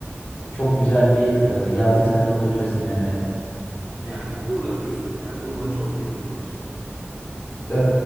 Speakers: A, on the left; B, on the right.
A: çok güzel bir e, yazlık satın alabilirsin Mehmet.
B: Yani Urla diyorsun yani Urla çok iyi bunun için.
A: Ee,